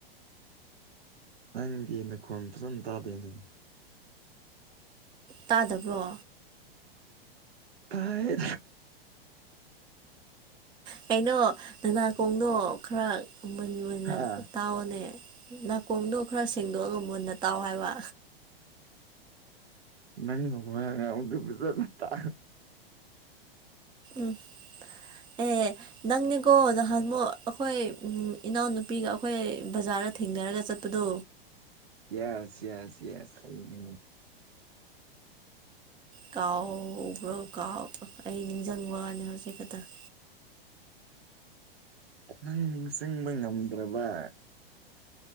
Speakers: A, on the right (about 80°); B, on the right (about 15°).
A: ꯅꯪꯒꯤ ꯅꯈꯣꯟꯜ ꯐꯖꯅ ꯇꯥꯗꯦꯅꯦ
B: ꯇꯥꯗꯕ꯭ꯔꯣ
A: ꯐꯥꯏ
B: ꯀꯩꯅꯣ ꯅꯅꯥꯀꯣꯡꯗꯣ ꯈꯔ ꯃꯟ ꯃꯟꯅ
A: ꯍꯥ
B: ꯇꯥꯎꯑꯣꯅꯦ ꯅꯥꯀꯣꯡꯗꯣ ꯈꯔ ꯁꯦꯡꯗꯣꯛꯑꯒ ꯃꯨꯟꯅ ꯇꯥꯎ ꯍꯥꯏꯕ
A: ꯅ ꯍꯒꯗ ꯄꯖ ꯇꯥ
B: <unintelligible> ꯑꯦ ꯅꯪꯅꯦꯀꯣ ꯅꯍꯥꯟꯃꯨꯛ ꯑꯩꯈꯣꯏ ꯎ ꯏꯅꯥꯎꯅꯨꯄꯤꯒ ꯑꯩꯈꯣꯏ ꯕꯖꯥꯔ ꯊꯦꯡꯅꯔꯒ ꯆꯠꯄꯗꯣ
A: ꯌꯦꯁ ꯌꯦꯁ ꯌꯦꯁ ꯀꯩ ꯅ
B: ꯀꯑꯣ ꯄꯨꯕ꯭ꯔꯣ ꯀꯥꯎ ꯑꯩ ꯅꯤꯡꯁꯤꯡꯕꯅꯤ ꯍꯧꯖꯤꯛ ꯈꯛꯇꯪ
A: ꯅꯪ ꯅꯤꯡꯁꯤꯡꯕ ꯉꯝꯗ꯭ꯔꯕ